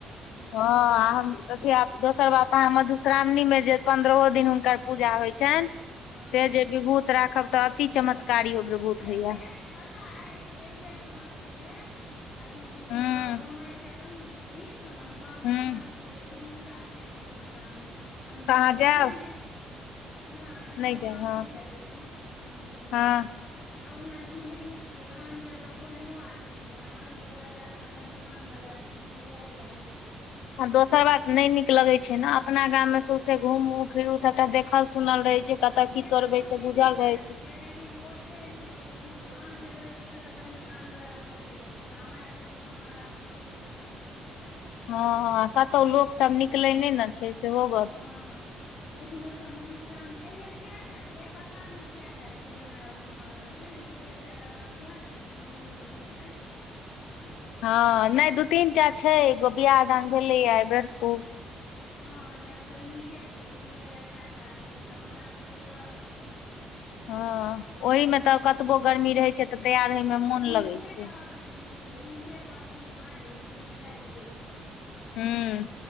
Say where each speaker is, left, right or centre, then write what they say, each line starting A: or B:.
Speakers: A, on the left; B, on the left.
A: हँ हम अथी आब दोसर बात अहाँ मधुश्रावणी मे जे पन्द्रहो दिन हुनकर पूजा होइ छैन
B: हँ
A: से जे बिभूत राखब तऽ अति चमत्कारी ओ विभूत
B: एहिबेर
A: होइ यऽ
B: पता अछि एयबेर हमर सब केँ अथी बुझियौ
A: हूँ
B: हमर एकटा बहिन छ थिन हमर मामी
A: हूँ
B: मामी केँ बेटी हुनका छैन मधुश्रामणी हम जैब
A: अहाँ
B: तऽ
A: जायब
B: नहिए नय हमरा
A: नहि जायब
B: माँ नय
A: हँ
B: जैय देती नय जैब
A: हँ
B: आ ओना बुजहै नय छियै आन जगह कोहनो आदमी रहै आन जगह जैय कऽ कनि आनवला हुए लगै छै
A: आ दोसर बात नय नीक लगे छै नऽ अपना गाम मे सौसे घूमू फिरु सबटा देखल सुनल रहै छै
B: से
A: कतऽ की तोड़बै
B: तऽ लोक
A: से
B: केँ
A: बुझल
B: नीक
A: रहै
B: लगै छै लेकिन ओ ओते नय अथी आन जगह जइयौ तऽ कनि आनवला भए जाइ छै हमरा तैय मऽ मामा गाम मे ककरो सँ पटरी नय खाइ यऽ
A: हँ हॅं कतौ लोक सब निकलै नै ने छै। कैसे होगा <unintelligible>
B: हँ हँ लेकिन ओतऽ मधुश्राम एहि बेेर केटा छै। पता नै केटा छै। हमरा मामा गाम मे लेकिन एकटा ते हमरा बुझल मैं हमर ममियो त बहिन अछि
A: हँ नै दू तीन टा छै एगो बियाह दान भेलै अइबेर ओ
B: हँ तहन तऽ नीके छै घुमय लऽ जेयत आदमी सब हमरा सबके तऽ
A: हँ ओहि में तऽ कतबो गर्मी रहै छै त तैयार होय मे
B: तऽ
A: मोन
B: हुनके
A: लगै छै
B: कहबैन बुझियौ। हुनके कहथिन माँ जे विभूत रैख दै लऽ
A: हुॅं